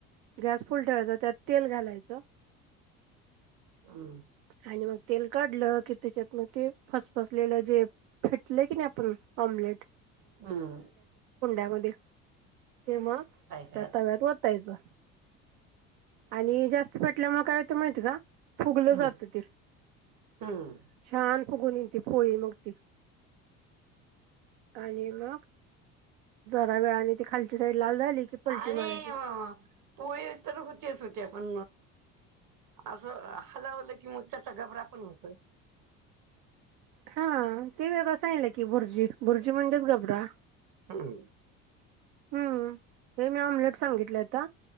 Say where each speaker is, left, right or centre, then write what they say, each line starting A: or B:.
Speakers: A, on the right; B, on the right.
A: गॅस फुल्ल ठेवायचा. त्यात तेल घालायचं.
B: हम्म
A: आणि मग तेल काढलं की त्याच्यात म ते फसफसलेलं जे फेटले की नाही आपण ऑमलेट.
B: हं!
A: त्यामदे ते मग
B: त्यात
A: त्या तव्यात वतायचं आणि जास्त पेटल्यामुळे काय होत माहिती का फुगलं
B: हम्म
A: जात ते
B: हम्म
A: छान फुगून येती पोळी मग ती. आणि मग. आ वेळानी ती खालची साईड. लाल झाली की पलटी
B: आणि
A: मारायची
B: अ पोळी तर होतीच होती पण असं हलावलं कि मग त्याचा गबरा पण होतोय.
A: हा ते वेगळं सांगितलं की. बुर्जी. बुर्जी म्हणजेच गबरा.
B: हम् <unintelligible>
A: हम्म. हे मी ऑमलेट सांगितलं आता.